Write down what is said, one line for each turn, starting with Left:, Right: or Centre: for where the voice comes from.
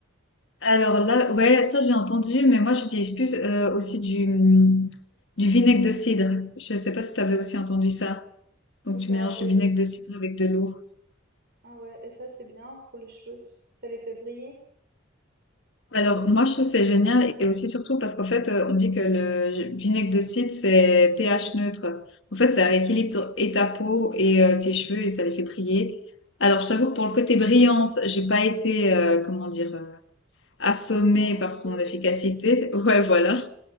Left: Alors là, ouais, ça j'ai entendu, mais moi j'utilise plus euh, aussi du, du vinaigre de cidre. Je sais pas si tu avais aussi entendu ça.
Right: D'accord.
Left: Donc tu mélanges
Right: Et,
Left: du vinaigre de cidre avec de l'eau.
Right: ah ouais, et ça c'est bien pour les cheveux, tu trouves? Ça les fait briller?
Left: Alors moi je trouve c'est génial et aussi surtout parce qu'en fait euh, on dit que le vinaigre de cidre c'est pH neutre. En fait ça rééquilibre
Right: Hmm.
Left: ton- et ta peau et euh, tes cheveux et ça les fait briller. Alors je t'avoue que pour le côté brillance, j'ai pas été euh, comment dire euh, assommée
Right: Transcender.
Left: par son efficacité. <laughs> Ouais voilà.